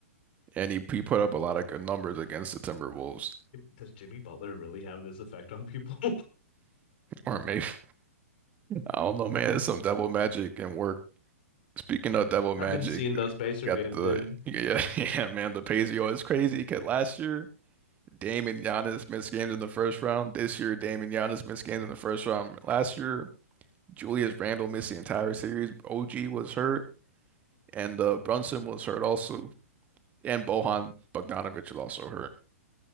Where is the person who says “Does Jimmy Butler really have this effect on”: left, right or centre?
Left